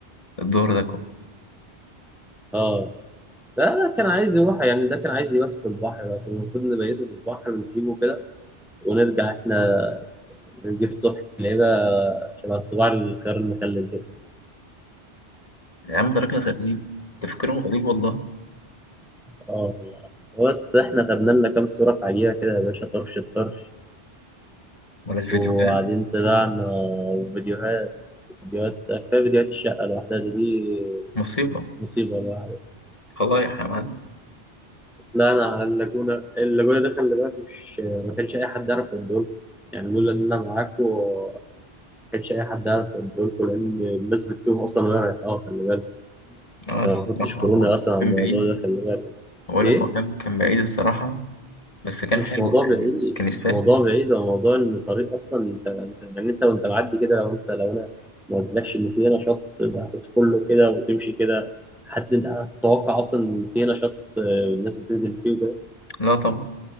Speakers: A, on the left; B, in the centre.
A: الظهر ده كوم
B: اه لا لا كان عايز يروح يعني ده كان عايز يبات في البحر لكن المفروض نبيته في البحر ونسيبه كده ونرجع احنا نجيب الصبح نلاقيه بقى شبه صباع الخيار المخلل كده
A: يا عم ده راجل غريب تفكيرهم غريب والله
B: اه والله بس احنا خدنا لنا كام صورة في عجيبة كده يا باشا طرش الطرش
A: ولا الفيديو
B: وبعدين
A: ده
B: طلعنا وفيديوهات فيديوهات كفاية فيديوهات الشقة لوحدها دي دي
A: مصيبة
B: مصيبة لوحدها
A: فضايح يا معلم
B: لا انا على اللاجونه اللاجونه ده خلي بالك مش ما كانش اي حد يعرف الدول يعني لولا ان انا معاكم ما كانش اي حد يعرف الدول لان الناس بتتوه اصلا وهي رايحه اه خلي بالك
A: اه
B: انا
A: الصراحة
B: ما كنتش كورونا
A: هو
B: اصلا على
A: كان
B: الموضوع
A: بعيد
B: ده خلي بالك
A: بقول
B: ايه
A: لك هو كان كان بعيد الصراحة بس كان
B: مش
A: حلو
B: موضوع
A: كان
B: بعيد
A: كان يستاهل
B: مش موضوع بعيد هو موضوع ان الطريق اصلا انت أنت- يعني انت وانت معدي كده لو انت لو انا ما قلتلكش ان في هنا شط ده هتدخل له كده وتمشي كده حد انت هتتوقع اصلا ان في هنا شط آه، الناس بتنزل فيه
A: لا طبعا